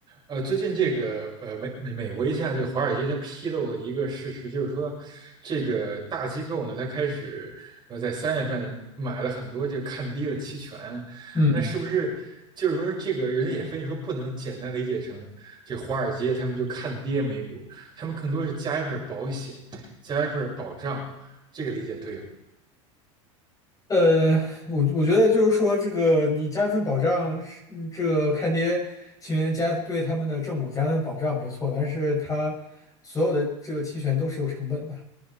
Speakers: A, on the right; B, on the left.
A: 呃，最近这个呃美美美国一项这个华尔街它披露了一个事实，就是说这个大机构呢，它开始呃在三月份买了很多这个看跌的期权，
B: 嗯，
A: 那是不是就是说这个人家也分析说不能简单理解成这华尔街他们就看跌美股，他们更多是加一份保险，加一份保障，这个理解对吗？
B: 呃，我我觉得就是说，这个你加份保障是嗯这个看跌期权加对他们的正股加份保障没错，但是它所有的这个期权都是有成本的，